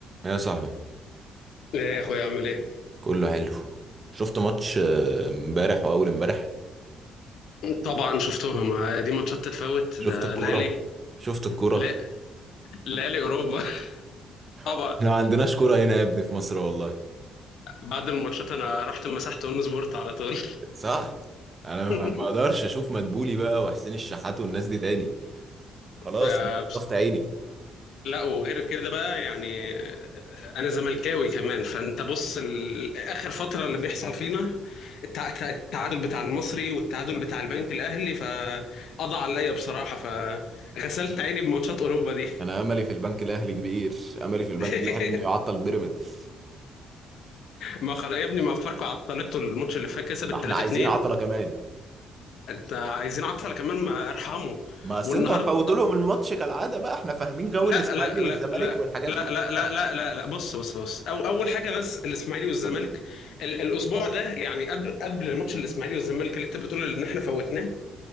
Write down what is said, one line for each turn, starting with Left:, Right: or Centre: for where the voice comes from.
Right: يا صاحبي
Left: ايه يا اخويا عامل ايه
Right: كله حلو شفت ماتش آه، امبارح واول امبارح
Left: طبعا شفتهم آه، دي ماتشات تتفوت
Right: شفت
Left: ده
Right: الكوره
Left: ليالي
Right: شفت الكوره
Left: لا-
Right: <laughs>
Left: ليالي اوروبا <laughs> طبعا
Right: احنا ما عندناش كوره هنا يا ابني في مصر والله
Left: بعد الماتشات انا رحت مسحت اون سبورت على طول
Right: صح انا
Left: <laughs>
Right: ما ما اقدرش اشوف مدبولي بقى وحسين الشحات والناس دي تاني خلاص
Left: آه،
Right: أنا
Left: بس-
Right: طفت عيني
Left: لا وغير كده بقى يعني آه، انا زملكاوي كمان فانت بص ال- اخر فتره اللي بيحصل فينا التع- التع- التعادل بتاع المصري والتعادل بتاع البنك الاهلي فقضى عليا بصراحه فغسلت عيني بماتشات اوروبا دي
Right: انا املي في البنك الاهلي كبير املي في البنك
Left: <laughs>
Right: الاهلي انه يعطل بيراميدز
Left: ما خلاص يا ابني ما فاركو عطلته الماتش اللي فات كسب
Right: ما
Left: 3-2
Right: احنا عايزين عطله كمان
Left: انت عايزين عطله كمان ما ارحمه
Right: ما اصل
Left: والنهارده
Right: انتوا هتفوتوا لهم الماتش كالعاده بقى احنا فاهمين جو الاسماعيلي
Left: لا لا
Right: والزمالك
Left: لا لا
Right: والحاجات
Left: لا
Right: دي
Left: لا لا لا لا لا بص بص بص أو اول حاجه بس الاسماعيلي والزمالك ال- الاسبوع ده يعني قبل قبل ماتش الاسماعيلي والزمالك اللي انت بتقول ان احنا فوتناه